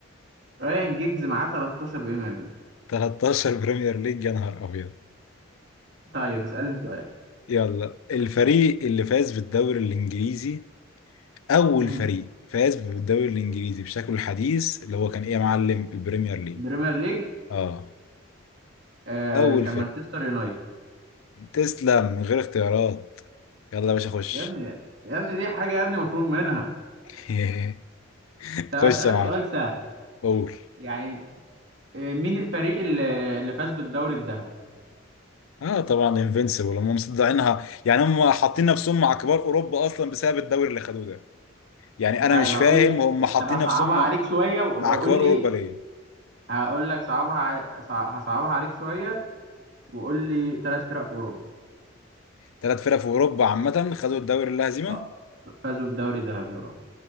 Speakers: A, on the right; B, on the left.
A: رايان جيجز معاه 13 بريمير ليج
B: 13 بريمير ليج يا نهار ابيض
A: طيب اسألني سؤال
B: يلا الفريق اللي فاز بالدوري الانجليزي اول
A: مم.
B: فريق فاز بالدوري الانجليزي بشكله الحديث اللي هو كان ايه يا معلم البريمير ليج
A: بريمير ليج
B: اه
A: آه
B: اول
A: كان
B: فرق
A: مانشستر يونايتد
B: تسلم من غير اختيارات يلا يا باشا خش
A: يا ابني يا ابني دي حاجة يا ابني مفروغ منها
B: <laughs>
A: طب
B: خش
A: أسألك
B: يا معلم
A: سؤال سهل
B: قول
A: يعني آه، مين الفريق اللي, اللي فاز بالدوري الذهبي
B: اه طبعا انفينسيبل هم مصدعينها يعني هم حاطين نفسهم مع كبار اوروبا اصلا بسبب الدوري اللي خدوه ده يعني انا
A: طيب
B: مش
A: هقول
B: فاهم
A: لك
B: هم حاطين
A: طب هصعبها
B: نفسهم
A: عليك شوية و-
B: مع
A: وقول
B: كبار
A: لي
B: اوروبا ليه
A: هقول لك صعبها ع- صع- هصعبها عليك شوية وقول لي ثلاث فرق في أوروبا
B: ثلاث فرق في اوروبا عامه خدوا الدوري اللا هزيمه
A: اه فازوا بالدوري الذهبي اه